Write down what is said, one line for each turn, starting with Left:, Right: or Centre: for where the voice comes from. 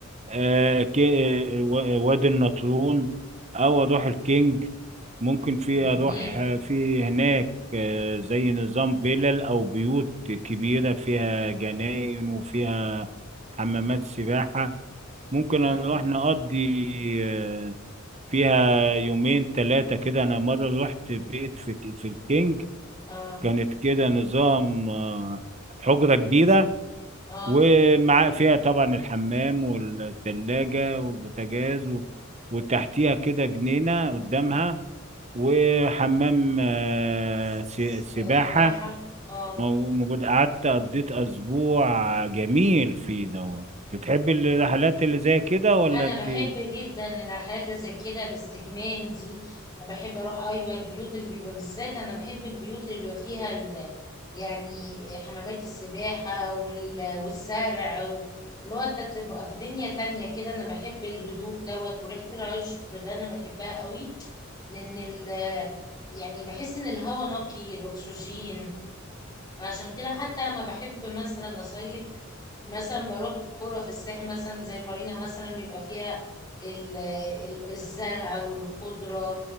Right: آه كي- آه، و- وادي النطرون او اروح الكينج ممكن في
Left: جميل
Right: اروح آه، في هناك آه، زي نظام فيلل او بيوت كبيره فيها جناين وفيها حمامات سباحه ممكن
Left: اه
Right: نروح نقضي آه، فيها يومين ثلاثه كده انا مره رحت بيت في في الكينج
Left: اه
Right: كانت كده نظام آه، حجره كبيره
Left: اه
Right: ومع فيها طبعا الحمام والثلاجه والبوتاجاز و- وتحتيها كده جنينه قدامها وحمام آه،
Left: سباحة
Right: س- سباحة
Left: اه
Right: مو- موجود قعدت قضيت أسبوع جميل فيه دوت بتحبي الرحلات اللي زي كده ولا
Left: انا
Right: انت
Left: بحب جدا الرحلات اللي زي كده الاستجمام دي انا بحب اروح ايوه البيوت اللي بيبقى بالذات انا بحب البيوت اللي بيبقى فيها ال... يعني حمامات السباحه وال... والزرع و... اللي هو انت تبقى في دنيا تانية كده انا بحب الهدوء دوت وريحه العشب ده انا بحبها قوي لان ال... يعني بحس ان الهواء نقي الاكسجين فعشان كده حتى لما بحب مثلا اصيف مثلا بروح كرة في الساحل مثلا زي مارينا مثلا يبقى فيها ال- ال- الزرع والخضرة